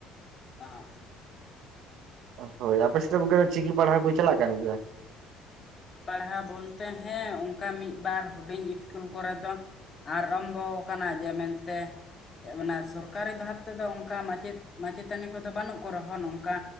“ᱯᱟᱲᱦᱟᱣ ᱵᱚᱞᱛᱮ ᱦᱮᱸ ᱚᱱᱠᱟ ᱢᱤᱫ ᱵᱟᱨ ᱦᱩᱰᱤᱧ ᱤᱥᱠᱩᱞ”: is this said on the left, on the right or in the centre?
Left